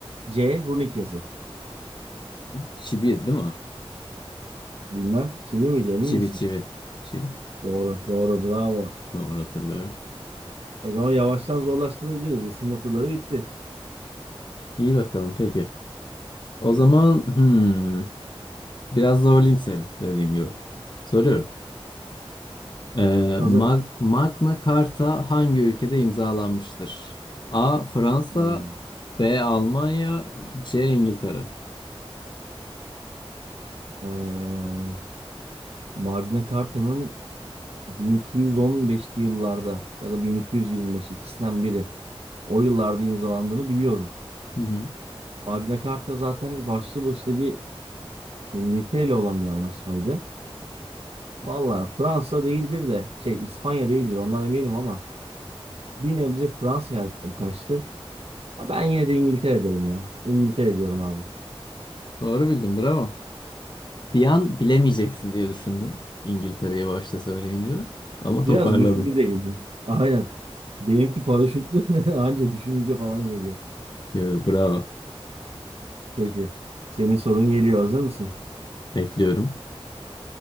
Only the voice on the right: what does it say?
C. Runik yazı.
Bilmem. Çivi miydi emin
misin?
Doğru. Doğru. Bravo.
O zaman yavaştan zorlaştırabiliriz. Isınma turları bitti.
Hazır.
Hmm.
Ee, Magna Carta'nın 1215'li yıllarda ya da 1225 ikisinden biri o yıllarda imzalandığını biliyorum.
Magna Carta zaten başlı başına bir İngiltere ile olan bir anlaşmaydı. Valla Fransa değildir de şey İspanya değildir ondan eminim ama bir nebze Fransa'ya aklım kaçtı. Ha, ben yine de İngiltere derim ya. İngiltere diyorum abi.
<laughs>
Biraz
düşününce geliyor. Aynen. Benimki paraşütlü <laughs> anca düşününce falan geliyor.
Peki. Senin sorun geliyor. Hazır mısın?